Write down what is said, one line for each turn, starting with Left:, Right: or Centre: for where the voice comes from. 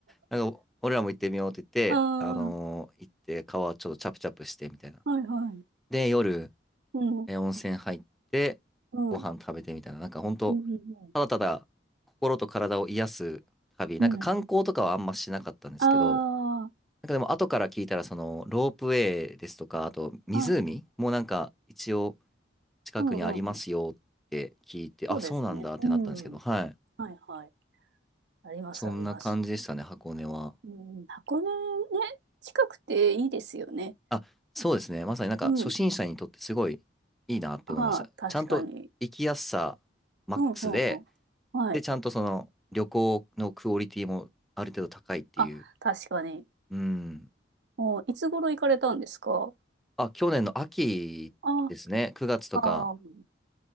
Centre: なんか俺らも行ってみようって言ってあのー行って川ちょっとチャプチャプしてみたいな
Right: ああ、はいはい。
Centre: で夜
Right: うん。
Centre: えー温泉入ってご飯食べてみたいな、
Right: はい。
Centre: なんか本当ただただ心と体を癒す旅、
Right: うんうんうん。
Centre: なんか観光とかはあんましなかったんですけど、
Right: うん。あ
Centre: なんかでも後から聞いたらそのロープウェイですとか、あと湖もなんか一応
Right: あ、あ、
Centre: 近くにありますよって聞いて、
Right: うんうん。
Centre: あ、
Right: そうですね。
Centre: そうなんだってなったんですけど、
Right: うん。
Centre: はい。
Right: はいはい。あります、
Centre: そんな感じでしたね、
Right: あります。
Centre: 箱根は。
Right: うん、箱根ね、近くていいですよね。
Centre: あ、そうですね。まさになんか初心者にとってすごいいいなって思いました。
Right: うん。ああ、確かに。
Centre: ちゃんと行きやすさマックスで、
Right: うんうんうん。はい。
Centre: で、ちゃんとその旅行のクオリティもある程度高いっていう。
Right: あ、確かに。
Centre: うん。
Right: お、いつ頃行かれたんですか
Centre: あ、去年の秋ですね。
Right: あ、
Centre: 9月とか。
Right: あー